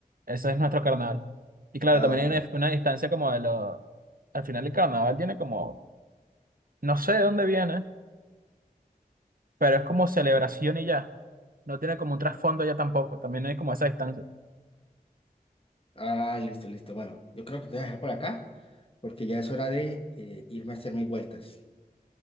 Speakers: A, on the right (about 65°); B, on the left (about 35°).
A: ese es nuestro carnaval. Y claro,
B: Ah,
A: también
B: ok.
A: hay una, una distancia como de lo... Al final el carnaval tiene como, no sé de dónde viene, pero es como celebración y ya. No tiene como un trasfondo ya tampoco, también hay como esa distancia.
B: Ah, listo, listo. Bueno, yo creo que te voy a dejar por acá porque ya es hora de eh, irme a hacer mis vueltas.